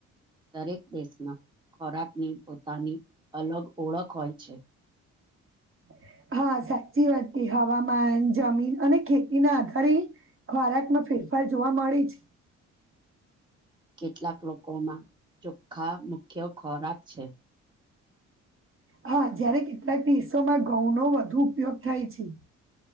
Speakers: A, on the right (about 15°); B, on the right (about 45°).
A: દરેક દેશમાં ખોરાકની પોતાની અલગ ઓળખ હોય છે.
B: <inaudible> હા સાચી વાત કે હવામાન, જમીન અને ખેતી ના આધારે ખોરાક માં ફેર ફાર જોવા મળે છે.
A: કેટલાક લોકોમાં ચોખ્ખા મુખ્ય ખોરાક છે.
B: હા, જયારે કેટલાક દેશો માં ઘઉંનો વધુ ઉપયોગ થાય છે.